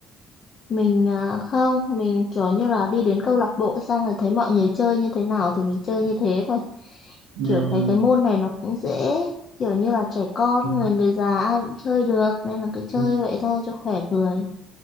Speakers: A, on the left; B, on the right.
A: Mình à, không, mình kiểu như là đi đến câu lạc bộ xong rồi thấy mọi người chơi như thế nào thì mình chơi như thế thôi.
B: Ừ.
A: Kiểu thấy cái môn này nó cũng dễ, kiểu như là trẻ con,
B: ừ,
A: người người già ai cũng chơi được nên là cứ chơi
B: ừ.
A: vậy thôi cho khỏe người.